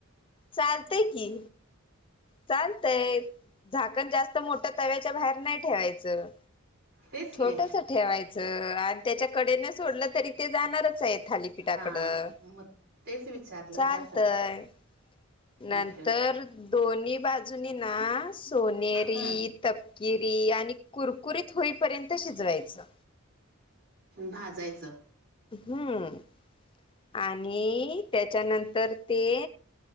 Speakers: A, on the left; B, on the right.
A: चालतंय की! चालतंय, झाकण जास्त मोठ्या तव्याच्या बाहेर नाही ठेवायचं.
B: तेच की
A: छोटस ठेवायचं आणि त्याच्याकडे न सोडलं तरी ते जाणारच आहे थाली- पीठाकडं
B: हा मग तेच विचारलं
A: चालतय.
B: त्यासाठीच
A: नंतर
B: ओके ओके
A: दोन्ही बाजूनी ना सोनेरी
B: हम्म
A: तपकिरी आणि कुरकुरीत होईपर्यंत शिजवायचं.
B: भाजायचं.
A: हम्म आणि त्याच्यानंतर ते